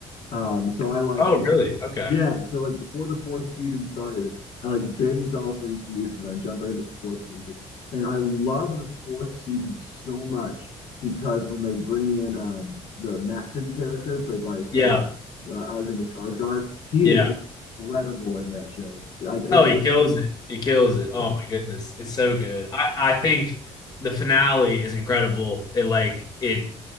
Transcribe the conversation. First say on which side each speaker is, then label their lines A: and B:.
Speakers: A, on the left; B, on the left.
A: Um, so I like
B: oh
A: before
B: really?
A: the,
B: Okay.
A: yeah, so like before the fourth season started, I like binged all three seasons. and I jumped right into the fourth season, and I love the fourth season so much because when they bring in um, the Matson character played by Stella
B: Yeah,
A: uh, Alexander Skarsgård, he
B: yeah.
A: is incredible in that show, dude. Like it's
B: Oh, he
A: it's
B: kills it. He kills
A: he's
B: it. Oh
A: so
B: my goodness. It's so good. I, I think the finale is incredible. It like it